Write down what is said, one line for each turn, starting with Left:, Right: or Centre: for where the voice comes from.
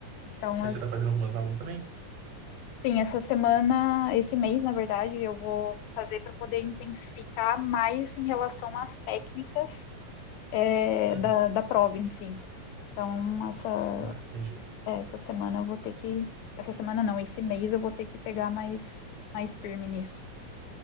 Left: Então,
Right: Mas
Left: as,
Right: você está fazendo algumas aulas também?
Left: tem essa semana, esse mês, na verdade, eu vou fazer para poder intensificar mais em relação às técnicas é,
Right: Uhum.
Left: da, da prova em si. Então, essa,
Right: Ah, entendi.
Left: é, essa semana eu vou ter que. Essa semana não, esse mês eu vou ter que pegar mais, mais firme nisso.